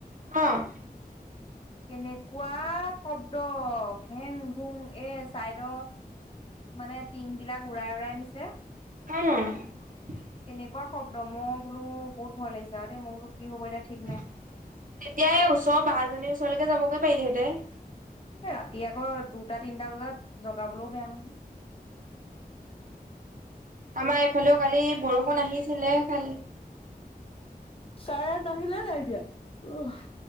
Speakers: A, on the right; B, on the left.
A: অ'।
B: কেনেকুৱা শব্দ ঘেং-ঘুং এ চাইদৰ মানে টিং বিলাক উৰাই-উৰাই নিছে।
A: অ'।
B: কেনেকুৱা শব্দ মই বোলো বহুত ভয় লাগিছে আৰু দে মই বোলো কি হ'ব এতিয়া ঠিক নাই
A: তেতিয়া এই ওচৰৰ বাজনীৰ ওচৰলৈকে যাবগে পাৰিলেহেঁতেন।
B: এ ৰাতি আকৌ দুটা-তিনটা বজাত জগাবলৈও বেয়া নহয়।
A: আমাৰ এইফালেও কালি বৰষুণ আহিছিলে কা
B: চাৰেণ্ট আহিল নে নাই এতিয়া? উহ